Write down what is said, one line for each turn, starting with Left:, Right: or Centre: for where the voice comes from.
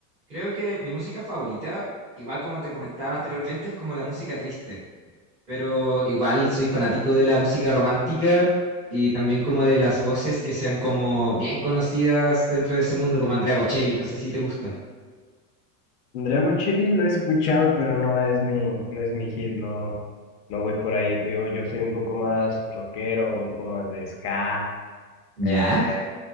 Right: Creo que mi música favorita, igual como te comentaba anteriormente, es como la música triste, pero igual soy fanático de la música romántica y también como de las voces que sean como bien conocidas dentro de ese mundo, como Andrea Bocelli, no sé si te gusta.
Left: Dragon Chili lo he escuchado, pero no es mi, no es mi hit, no, no voy por ahí, te digo, yo soy un poco más rockero, un poco más de ska.
Right: ¿Ya?
Left: eh,